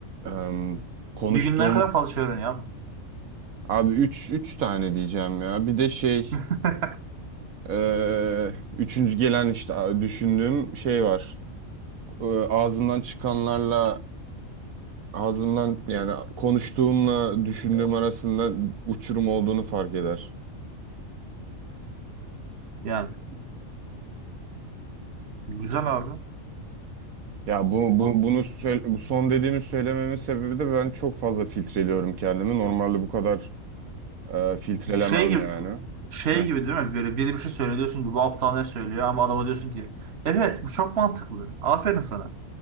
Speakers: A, on the right (about 80°); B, on the right (about 50°).
A: em, konuştuğum
B: Bir günde ne kadar fazla şey öğreniyor abi.
A: abi üç üç tane diyeceğim ya. Bir de şey
B: <laughs>
A: e, üçüncü gelen işte a, düşündüğüm şey var. E, ağzımdan çıkanlarla ağzımdan yani konuştuğumla düşündüğüm arasında uçurum olduğunu fark eder.
B: Yani güzel abi.
A: Ya bu,
B: Bu
A: bu bunu söyle- bu son dediğimi söylememin sebebi de ben çok fazla filtreliyorum kendimi. Normalde bu kadar e, filtrelemem
B: şey gibi
A: yani.
B: şey
A: Heh.
B: gibi değil mi? Böyle biri bir şey söylüyor diyorsun ki bu aptal ne söylüyor ama adama diyorsun ki evet bu çok mantıklı. Aferin sana.